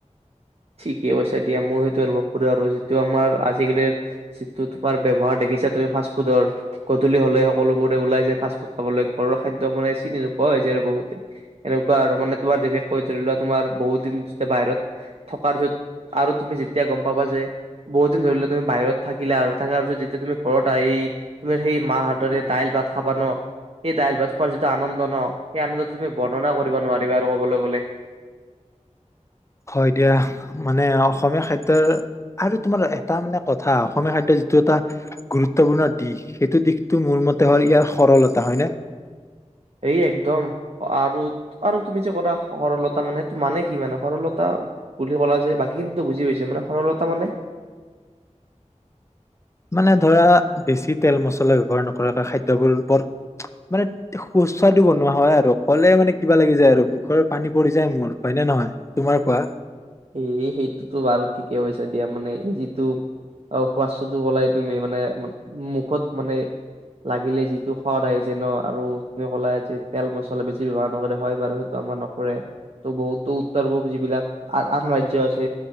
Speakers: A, on the right; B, on the left.
A: ঠিকে কৈছা দিয়া, মোৰ সেইটো আলপ। কৰে আৰু যিটো আমাৰ, আজিকালিৰ। যিটো তোমাৰ ব্যৱহাৰ দেখিছা তুমি ফাষ্টফুডৰ গধূলি হলে সকলোবোৰে ওলাই যায়, ফাষ্টফুড খাবলৈ ঘৰৰ খাদ্য মানে চিনি নোপোৱা হৈ যায় আৰু বহুতে, এনেকুৱা আৰু মানে তোমাৰ কৈ ধৰি লোৱা তোমাৰ বহুত দিন যেতিয়া বাহিৰত। থকাৰ পিছত আৰু তুমি যেতিয়া গম পাবা যে বহুত দিন ধৰি ললে তুমি বাহিৰত থাকিলা আৰু থকাৰ পিছত যেতিয়া তুমি ঘৰত আহি তুমি সেই মাহ হাততেৰে দাইল ভাত খাবা ন সেই দাইল ভাত খোৱাৰ যিটো আনন্দ ন সেই আনন্দ তুমি বৰ্ণনা কৰিব নোৱাৰিবা আৰু কবলৈ গলে <unintelligible>
B: হয় দিয়া মানে অসমীয়া খাদ্যৰ আৰু তোমাৰ এটা মানে কথা অসমীয়া খাদ্যৰ যিটো এটা গুৰুত্বপূৰ্ণ দিশ, সেইটো দিশটো মোৰ মতে হ'ল ইয়াৰ সৰলতা হয়নে?
A: এই একদম আৰু আৰু তুমি যে কৰা সৰলতা মানে সেইটো মানে কি, মানে সৰলতা বুলি কলা যে বাকীখিনো বুজি পাইছো মানে সৰলতা মানে।
B: মানে ধৰা বেছি তেল মছলা ব্যৱহাৰ নকৰা খাদ্যবোৰ বৰ মানে সুস্বাদু বনোৱা হয় আৰু ক'লে মানে কিবা লাগি যায় আৰু মুখৰ পানী পৰি যায় মোৰ হয়নে নহয় তোমাৰ কোৱা।
A: স সেইটোতো বাৰু ঠিকে হৈছে দিয়া মানে এই যিটো অ শুৱাসটো কলাই তুমি মানে মুখত মানে লাগিলে যিটো সোৱাদ আহি যে ন আৰু তুমি কলা যে তেল মছলা বেছি ব্যৱহাৰ নকৰে, হয় বাৰু সেইটো আমাৰ নকৰে ত বহুতো। উত্তৰ পূব যিবিলাক <unintelligible> আন ৰাজ্য় আছে